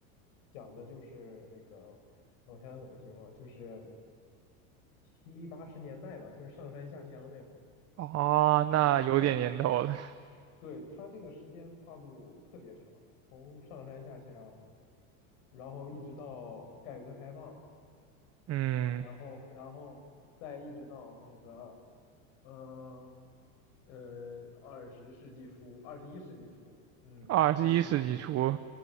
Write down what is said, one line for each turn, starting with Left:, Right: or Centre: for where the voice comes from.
Left: 讲的就是那个，我想想怎么形容啊，就是七八十年代吧，就是上山下乡那会儿
Right: 哦，那有点年头了。
Left: 啊，上，对，它这个时间跨度特别长，从上山下乡，然后一直到改革开放
Right: 嗯，
Left: 啊，然后然后再一直到那个，呃呃，二十世纪初，二十一世纪初，嗯，
Right: 二十一世纪初，
Left: 二十一世纪初，